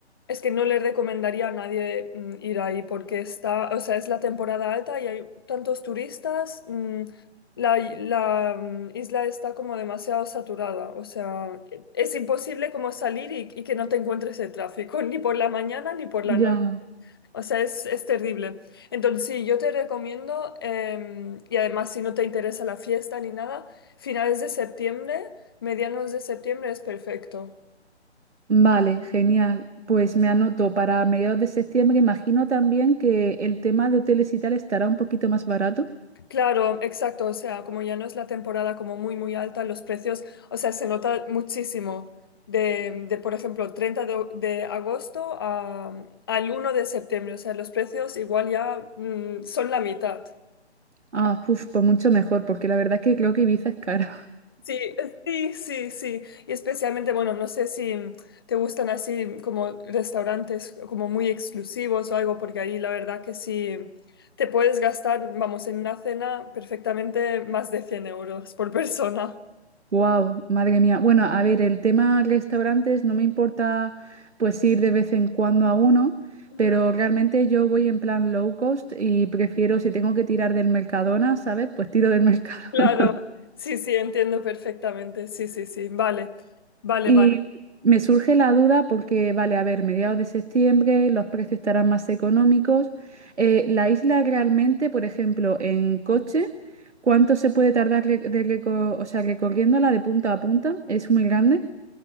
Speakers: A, on the left; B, on the right.
A: es que no le recomendaría a nadie mm, ir ahí porque está, o sea, es la temporada alta y hay tantos turistas, mm, la, la, mm, isla está como demasiado saturada, o sea, e, es imposible como salir y, y que no te encuentres el tráfico, <laughs> ni por la mañana ni por la
B: Ya.
A: noche. O sea, es, es terrible. Entonces, sí, yo te recomiendo, em, y además si no te interesa la fiesta ni nada, finales de septiembre, medianos de septiembre es perfecto.
B: Vale, genial. Pues me anoto para mediados de septiembre. Imagino también que el tema de hoteles y tal estará un poquito más barato.
A: Claro, exacto, o sea, como ya no es la temporada como muy, muy alta, los precios, o sea, se nota muchísimo de, de, por ejemplo, 30 de, de agosto a- al uno de septiembre, o sea, los precios igual ya mm, son la mitad.
B: Ah, uf, pues mucho mejor, porque la verdad es que creo que Ibiza es caro.
A: Sí, es- sí, sí, sí. Y especialmente, bueno, no sé si te gustan así como restaurantes como muy exclusivos o algo, porque ahí la verdad que sí te puedes gastar, vamos, en una cena perfectamente más de 100 euros por persona.
B: Wow, madre mía. Bueno, a ver, el tema restaurantes no me importa pues ir de vez en cuando a uno,
A: Ujú.
B: pero realmente yo voy en plan low cost y prefiero si tengo que tirar del Mercadona, ¿sabes? Pues tiro del <laughs> Mercadona.
A: Claro, sí, sí, entiendo perfectamente. Sí, sí, sí. Vale, vale,
B: Y
A: vale.
B: me surge la duda porque, vale, a ver, mediados de septiembre los precios estarán más económicos. Eh, la isla realmente, por ejemplo, en coche, ¿cuánto se puede tardar re- de reco- o sea, recorriéndola de punta a punta? ¿Es muy grande?